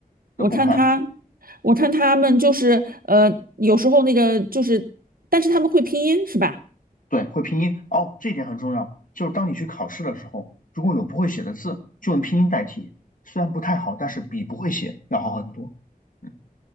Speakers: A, on the left; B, on the right.
A: 那不快
B: 我看他，我看他们就是呃，有时候那个就是，但是他们会拼音是吧？
A: 对，会拼音哦，这一点很重要。就是当你去考试的时候，如果有不会写的字，就用拼音代替，虽然不太好，但是比不会写要好很多。嗯。